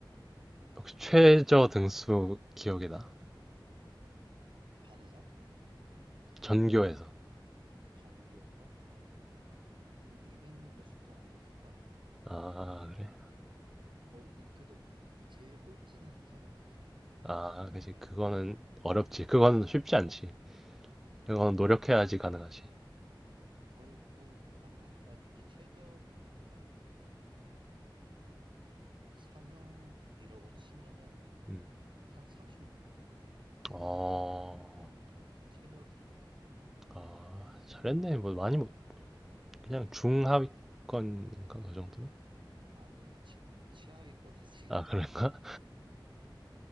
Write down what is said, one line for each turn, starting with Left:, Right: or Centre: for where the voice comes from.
Centre: 혹시 최저 등수 기억이 나?
Right: 반에서?
Centre: 전교에서.
Right: 전교에서? 뭐 200 몇십 등 아니었을까?
Centre: 아, 그래.
Right: 거의 근데 그래도 제일 꼴찌는 한 적은 없어.
Centre: 아, 그지. 그거는 어렵지. 그거는 쉽지 않지. 그거는 노력해야지 가능하지.
Right: 거의 거의 반에서 나 진짜 최저 등수가 한 44명이라고 치면은
Centre: 음.
Right: 한 36등? 34등
Centre: 어,
Right: 막 이 정도? 최저 등수가?
Centre: 아, 잘했네. 뭐 많이 못, 그냥 중하위권인가 그 정도면?
Right: 아니 최, 최하위권이지.
Centre: 아,
Right: <laughs>
Centre: 그래. <laughs>